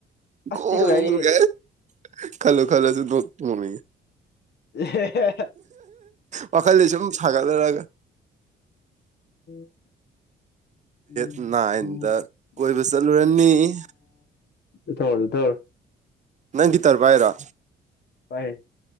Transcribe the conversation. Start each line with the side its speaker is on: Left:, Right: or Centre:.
Left: ꯑꯁ
Right: ꯒꯣꯜꯒꯦ
Left: ꯊꯤ ꯅꯨꯡꯉꯥꯏꯔꯤꯌꯦ
Right: ꯈꯂꯣ ꯈꯂꯣꯁꯨ ꯅꯠ ꯃꯅꯤ
Left: ꯍ
Right: ꯋꯥꯈꯜꯗ ꯁꯨꯝ ꯁꯥꯒꯠꯂꯔꯒ
Left: ꯎꯝ ꯎꯝ
Right: ꯅꯥꯏꯟꯗ
Left: ꯎꯝ
Right: ꯀꯣꯏꯕ ꯆꯠꯂꯨꯔꯅꯤ
Left: ꯎꯝ ꯊꯧꯔ ꯊꯧ
Right: ꯅꯪꯒꯤꯇꯔꯚ ꯍꯥꯏꯔꯣ
Left: ꯍꯥꯏ